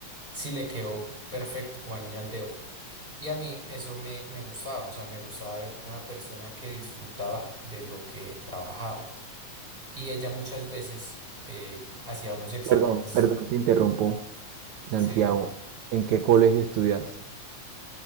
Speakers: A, on the right; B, on the right.
A: sí le quedó perfecto como anillo al dedo. Y a mí eso me, me gustaba, o sea, me gustaba ver una persona que disfrutaba de lo que trabajaba. Y ella muchas veces eh, hacía unos exámenes,
B: Perdón, perdón, te interrumpo, Santiago.
A: sí.
B: ¿En qué colegio estudiaste?